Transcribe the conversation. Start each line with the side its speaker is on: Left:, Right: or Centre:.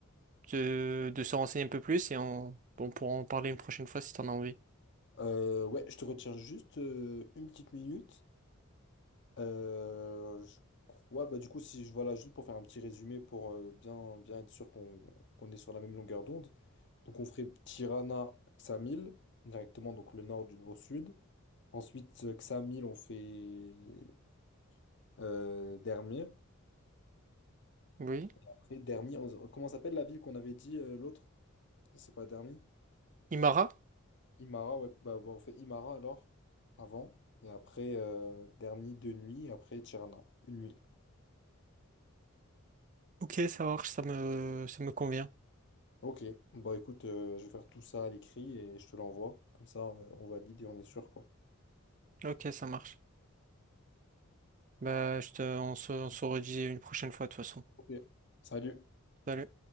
Right: de, de se renseigner un peu plus et on, on pourra en parler une prochaine fois si t'en as envie.
Left: Euh, ouais, je te retiens juste euh, une petite minute. Euh, je crois, bah du coup, si je voilà, juste pour faire un petit résumé pour euh, bien, bien être sûr qu'on qu'on est sur la même longueur d'onde. Donc, on ferait Tirana, Xamil, directement, donc le nord du, au sud. Ensuite, euh, Xamil, on fait euh, Dermir.
Right: Oui.
Left: Après, Dermi, on- comment s'appelle la ville qu'on avait dit euh, l'autre? C'est pas Dermi?
Right: Imara?
Left: Imara, ouais, bah, bah, on fait Imara alors, avant. Et après, euh, Dermi, deux nuits, et après Tirana, une nuit.
Right: Ok, ça marche, ça me, ça me convient.
Left: Ok, bah écoute, euh, je vais faire tout ça à l'écrit et je te l'envoie. Comme ça, euh, on valide et on est sûr, quoi.
Right: Ok, ça marche. Bah, je te, on se, on se redit une prochaine fois de toute façon.
Left: Ok, salut.
Right: Salut.